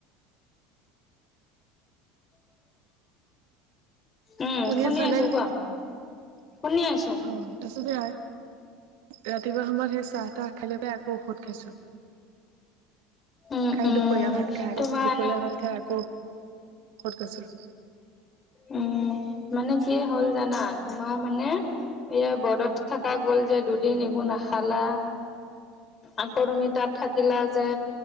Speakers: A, on the left (about 30°); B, on the right (about 70°).
A: উম
B: শুনি আছা
A: আছো
B: নে?
A: কোৱা শুনি আছো
B: অ তাৰপিছতে। ৰাতিপুৱা সময়ত সেই চাহ তাহ খালে লৈ পেলাই আকৌ ঔষধ খাইছো।
A: উম
B: খাই
A: উম
B: দুপৰীয়া ভাত খাই আকৌ
A: তোমাৰ
B: দুপৰীয়া ভাত খাই আকৌ ঔষধ খাইছো।
A: উম মানে কি হ'ল জানা তোমাৰ মানে। এয়া বৰ্তত থকা গ'ল যে দুদিন একো নাখালা। আকৌ তুমি তাত থাকিলা যে।